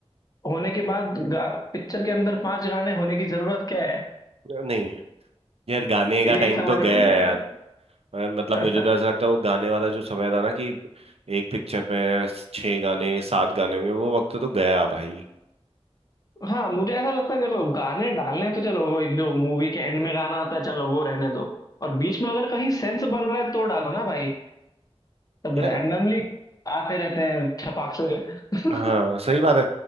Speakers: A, on the left; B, on the right.
A: होने के बाद पिक्चर के अंदर पांच गाने होने की जरूरत क्या है
B: नहीं यार गाने का
A: यही
B: टाइम
A: समझ
B: तो गया
A: में नहीं
B: है
A: आ
B: यार
A: रहा
B: मगर मतलब
A: <laughs>
B: मुझे तो ऐसा लगता है वो गाने वाला जो समय था ना कि एक पिक्चर में छह गाने सात गाने होंगे वो वक्त तो गया भाई
A: हाँ मुझे ऐसा लगता है देखो गाने डालने हैं तो चलो वो एक जो मूवी के एंड में गाना आता है चलो वो रहने दो और बीच में अगर कहीं सेंस बन रहा है तो डालो ना भाई तब
B: यार
A: रैंडमली आते रहते हैं छपाक से <laughs>
B: हाँ सही बात है